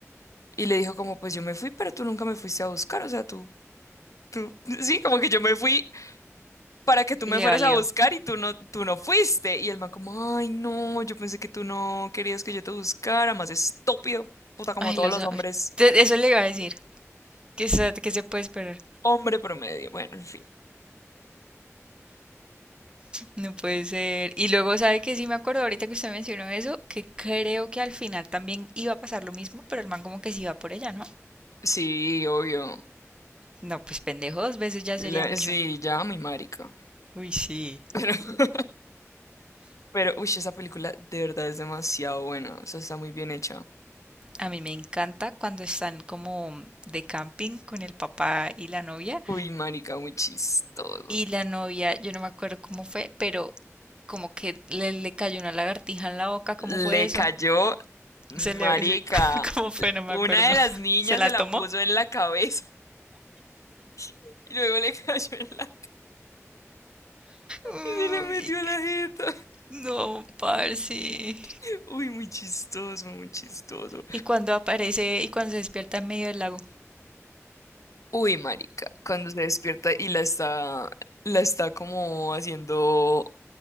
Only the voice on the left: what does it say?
Y le dijo como, pues yo me fui, pero tú nunca me fuiste a buscar, o sea, tú, <laughs> sí, como que yo me fui para que tú
me
fueras
a buscar y tú no, tú no fuiste. Y el man como, ay, no, yo pensé que tú no querías que yo te buscara, más estúpido, puta, como
todos
los hombres,
hombre promedio, bueno, en fin.
Sí, obvio.
Le-
sí, ya, mi marica.
<laughs> Pero, uy, esa película de verdad es demasiado buena. O sea, está muy bien hecha.
Uy, marica, muy chistoso.
Le
cayó, marica.
Una
de
las niñas
se la
puso en la cabeza <laughs> y luego le cayó en la...
Y se le metió en la jeta.
<laughs> Uy, muy chistoso, muy chistoso.
Uy, marica, cuando se despierta y la está, la está como haciendo,